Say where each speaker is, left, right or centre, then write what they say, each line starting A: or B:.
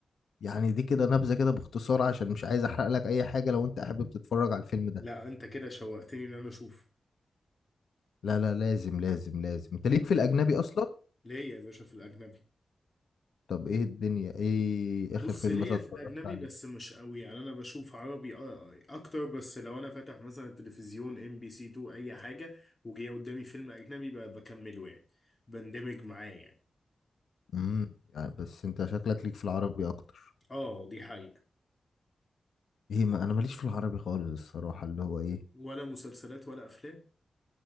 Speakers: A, on the left; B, on the left.
A: يعني دي كده نبذة كده باختصار عشان مش عايز احرق لك اي حاجة لو انت حابب تتفرج على الفيلم ده
B: لا انت كده شوقتني ان انا اشوف
A: لا لا لازم لازم لازم انت
B: انا
A: ليك في
B: خ-
A: الاجنبي اصلا
B: ليه يا باشا في الاجنبي
A: طب ايه الدنيا ايه
B: بص
A: اخر فيلم
B: ليا
A: مثلا
B: في
A: اتفرجت
B: الاجنبي
A: عليه
B: بس مش قوي يعني انا بشوف عربي أ- اكتر بس لو انا فاتح مثلا التلفزيون ام بي سي 2 اي حاجه وجاي قدامي فيلم اجنبي ب- بكمله يعني بندمج معاه يعني
A: امم يعني بس انت شكلك ليك في العربي اكتر
B: اه دي حقيقه
A: ايه ما انا ماليش في العربي خالص الصراحه اللي هو ايه
B: ولا مسلسلات ولا افلام